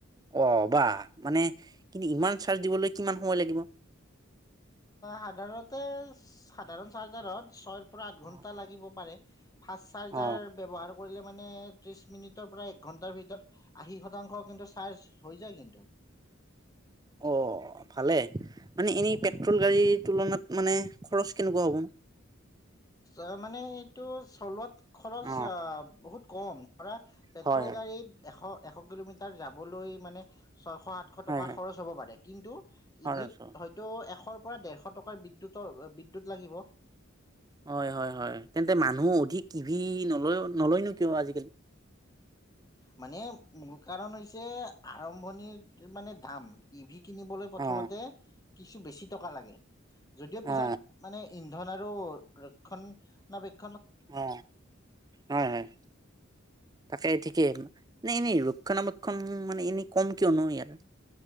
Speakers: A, on the right; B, on the left.
A: অ বা মানে কিন্তু ইমান চাৰ্জ দিবলৈ কিমান সময় লাগিব
B: সাধাৰণতে সাধাৰণ চাৰ্জাৰত ছয় পৰা আঠ
A: অ
B: ঘণ্টা লাগিব পাৰে ফাষ্ট চাৰ্জাৰ
A: অ
B: ব্যৱহাৰ কৰিলে মানে ত্ৰিশ মিনিটৰ পৰা এক ঘণ্টাৰ ভিতৰত আশী শতাংশ কিন্তু চাৰ্জ হৈ যায় কিন্তু
A: অ ভালে মানে এনেই
B: উম।
A: পেট্ৰল গাড়ীৰ তুলনাত মানে খৰচ কেনেকুৱা হ'ব ন
B: অ মানে এইটো চলোৱাত খৰচ
A: অ
B: বহুত কম কৰা পেট্ৰল
A: হয় হয়
B: গাড়ীত এশ এশ কিলোমিটাৰ যাবলৈ মানে ছয়শ আঠশ
A: হয়
B: টকা
A: হয়
B: খৰচ হ'ব পাৰে কিন্তু
A: খৰচ
B: ইবিত
A: হয়।
B: হয়তো এশৰ পৰা ডেৰশ টকাৰ বিদ্যুতৰ বিদ্যুত লাগিব
A: হয় হয় হয় তেন্তে মানুহ অধিক টিভি নলয় নলয় নেকি কিয় আজিকালি
B: মানে মূল কাৰণ হৈছে আৰম্ভণিৰ মানে ধাম ই ভি কিনিবলৈ প্ৰথমতে
A: অ
B: কিছু বেছি টকা লাগে যদিও পিছত
A: অ
B: মানে ই ধন আৰু ৰক্ষনাবেষণ
A: অ হয় হয় তাকে ঠিকেই নাই এনেই ৰক্ষণাবেক্ষণ মানে এনেই কম কিয় নো আৰু